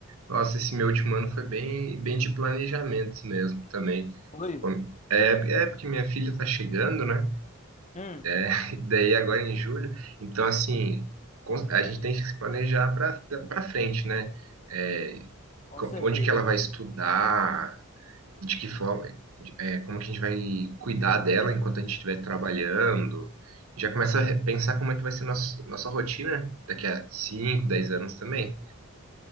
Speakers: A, on the right (about 85°); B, on the left (about 35°).
A: Nossa, esse meu último ano foi bem, bem de planejamento mesmo também.
B: Oi?
A: Quando- É, é porque minha filha tá chegando, né?
B: Hum,
A: <laughs> Daí agora em julho. Então, assim, cons- a gente tem que se planejar para para frente, né? É,
B: com
A: co-
B: certeza.
A: onde que ela vai estudar, de que forma, de- é, como que a gente vai cuidar dela enquanto a gente estiver trabalhando. Já começa a re- pensar como é que vai ser nossa nossa rotina daqui a 5, 10 anos também.